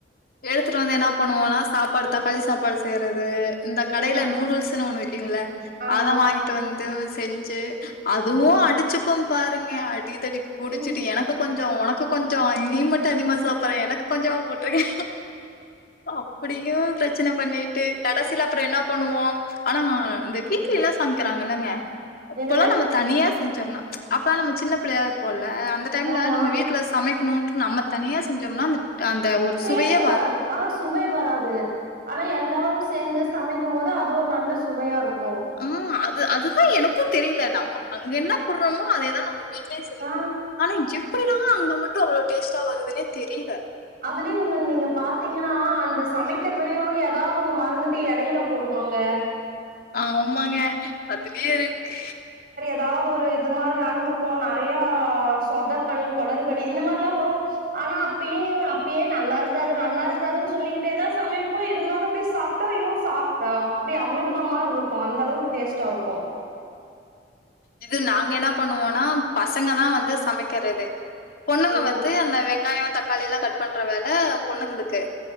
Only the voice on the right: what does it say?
எல்லா
ஆமா
ம்.
என்னங்க
ஆமா
டேஸ்ட்
வராது ஆனா சுவை வராது ஆனா எல்லாரு சேந்து சமைக்கும் போது அது ஒரு நல்ல சுவையா இருக்கூ
ஆ
அதுலயு ஒண்ணு நீங்க பாத்தீங்கன்னா அந்த சமைக்கிறதுலயு எதாவ்து ஒண்ணு மறந்துட்டு எடையில போடுவாங்க
அதாவ்து ஒரு இது மாரி நடந்திருக்கூ நறையா சொதப்பல் கொளறுபடி இந்த மாரல்லா வரு ஆனா அப்பயே அப்பயே நல்லாருக்காது நல்லாருக்காதுன்னு சொல்லிக்கிட்டே தா சமைப்போ இருந்தாலு அப்டி சாப்ட்டா ஐயோ சாப் ரா அப்டி அமிர்தொ மார்ருக்கூ அந்த அளவுக்கு டேஸ்ட்டாருக்கூ
ஓ